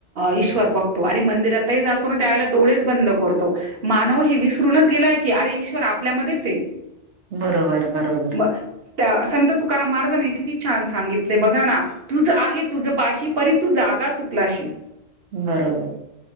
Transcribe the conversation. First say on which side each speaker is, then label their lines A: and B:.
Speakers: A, on the right (about 60°); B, on the right (about 80°).
A: ईश्वर बघतो आणि मंदिरातही जातो ना त्यावेळेला डोळेच बंद करतो, मानव हे विसरूनच गेलाय की अरे ईश्वर आपल्यामध्येच हे.
B: बरोबर बरोबर
A: म त्या संत तुकारा महाराजानी किती छान सांगितले बघा ना, तुझ आहे तुझ पाशी परी तू जागा चुकलाशी.
B: बरोबर.